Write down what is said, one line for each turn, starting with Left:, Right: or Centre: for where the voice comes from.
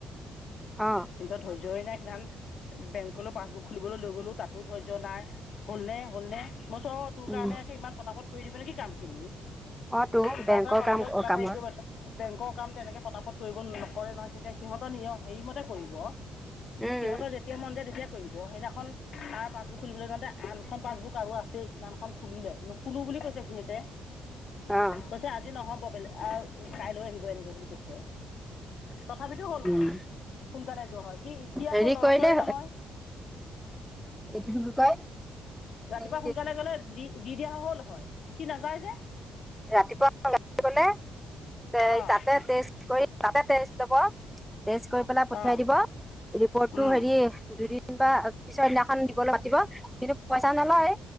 Centre: অ
Left: কিন্তু ধৰি ধৈৰ্য নাই <unintelligible> বেংকলৈ পাছবুক খুলিবলৈ লৈ গ'লো তাতো ধৈৰ্য নাই হ'লনে হ'লনে। মই কইছো অঁ তোৰ
Centre: উম
Left: কাৰণে ইমান পতাপট কৰি দিব নেকি কামখিনি।
Centre: অ তো
Left: কিবা
Centre: বেংকৰ
Left: এটা পাবলৈ
Centre: কাম
Left: কিবা এটা
Centre: কামৰ
Left: হেৰি কৰিব এ বেংকৰ কাম তেনেকে পতাপত কৰিব নকৰে নহয় কিন্তু সিহঁতৰ নিজৰ হেৰিমতে কৰিব।
Centre: উম
Left: সিহঁতৰ যেতিয়া মন যায় তেতিয়া কৰিব সেইদিনাখন তা পাছবুক খুলিবলে যাওঁতে আনখন পাছবুক আৰু আছে কিমান খুলিলে নুখুলো বুলি কৈছে সিহঁতে,
Centre: অ
Left: কৈছে আজি নহ'ব বেলে আহ কাইলৈ আহিব এনেকে বুলি কৈছে। তথাপিতো হ'ল
Centre: উম
Left: হয় সোনকালে যোৱা হয় কি সি
Centre: হেৰি
Left: আকৌ লৰচই
Centre: কৰিলে
Left: নহয়।
Centre: এইটো <unintelligible>
Left: ৰাতিপুৱা
Centre: এই
Left: সোনকালে গলে, দি দি দিয়া হ'লে হ'ল হয়। সি নাযায় যে
Centre: ৰাতিপুৱা সোনকালে গলে তে
Left: অঁ
Centre: তাতে তেজ কৰি, তাতে তেজ ল'ব টেষ্ট কৰি পেলাই পঠিয়
Left: অঁ
Centre: দিব। ৰিপৰ্ট
Left: অঁ
Centre: হেৰি দুদিন বা পিছৰ দিনাখন দিবলৈ পাতিব। কিন্তু পইচা নলয়।